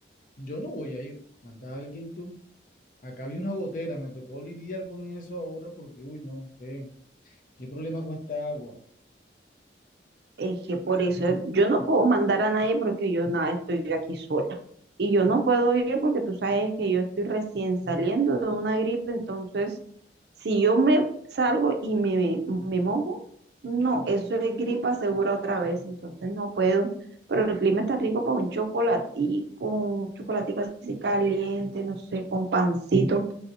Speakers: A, on the left (about 45°); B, on the right (about 65°).
A: Yo no voy a ir. Manda a alguien tú. Acá había una gotera. Me tocó lidiar con eso ahora porque, uy, no, ¿qué? ¿Qué problema con esta agua?
B: Es que por eso yo no puedo mandar a nadie porque yo nada, estoy aquí sola. Y yo no puedo ir porque tú sabes que yo estoy recién saliendo de una gripe, entonces si yo me salgo y me, me mojo, no, eso es gripa segura otra vez, entonces no puedo. Pero el clima está rico para un chocolatico, un chocolatico así caliente, no sé, con pancito.